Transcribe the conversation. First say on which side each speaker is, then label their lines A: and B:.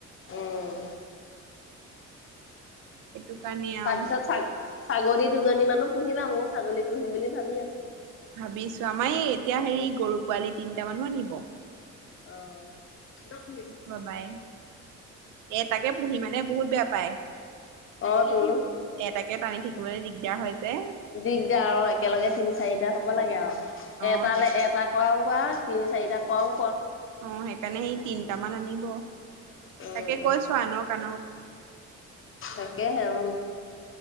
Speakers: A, on the left; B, on the right.
A: উম
B: সেইটো কাৰণে আৰু
A: তাৰপিছত ছাগলী দুজনী মানো পুহিবা ময়ো ছাগলী পুহিম বুলি ভাবি আছো।
B: ভাবিছো আমাৰ এই এতিয়া হেৰি গৰু পোৱালি তিনিটা মানো আনিব
A: আহ
B: বাবাই এটাকে পুহি মানে বহুত বেয়া পায়
A: অ তোৰ
B: এটাকে টানি থাকিবলৈ দিগদাৰ হয় যে
A: দিগদাৰ আৰু একেলগে তিন চাৰিটা হ'ব লাগে আৰু
B: অ
A: এটালৈ
B: সেই
A: এটা ক পোৱা তিনি চাৰিটা পাওঁ
B: অ সেইকাৰণে সেই তিনিটাামান আনিব
A: উম
B: তাকে কৈছো আনক আনক
A: তাকে হে উ